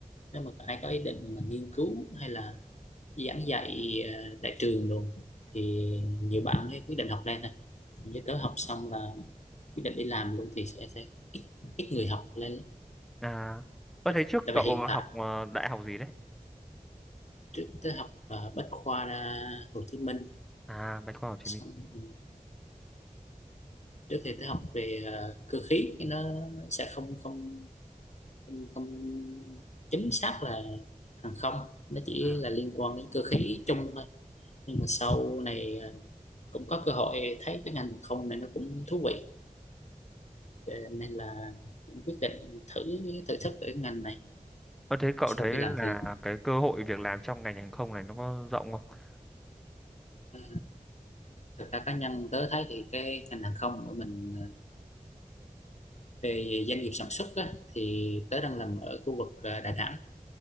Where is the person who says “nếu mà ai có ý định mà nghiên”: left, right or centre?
Left